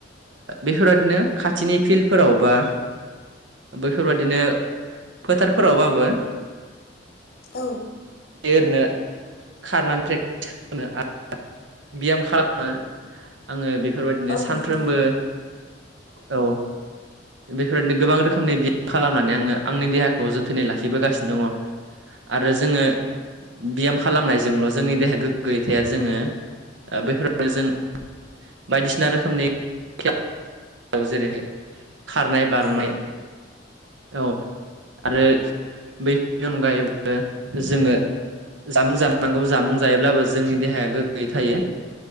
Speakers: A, on the right (about 75°); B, on the left (about 55°).
A: बेफोरबाददिनो खाथिनि फिल्डफोराव बा बेैफोरबाददिनो फोथारफोरावबाबो
B: औ
A: एरनो खारनानै प्रेक्टिसो आरो बियाम खालामो आङो बेफोरबायदिनो
B: औ
A: सानफ्रोमबो
B: नोंथां
A: औ बेफोरबायदिनो गोबां रोखोमनि बियाम खालामनानै आङो आंनि देहाखौ जोथोनै लाखिबोगासिनो दङ आरो जोङो ब्याम खालामनायजोंल' जोंनि देहाया गोग्गोयै थाया जोङो बेफोरनो जों बायदिसिना रोखोमनि खेला जेरैहाय खारनाय बारनाय
B: औ
A: औ आरो बैफोरनि अनगायैबो जोङो जामुं जानांगौ जामुं जायोब्लाबो जोंनि देहाया गोग्गोयै थायो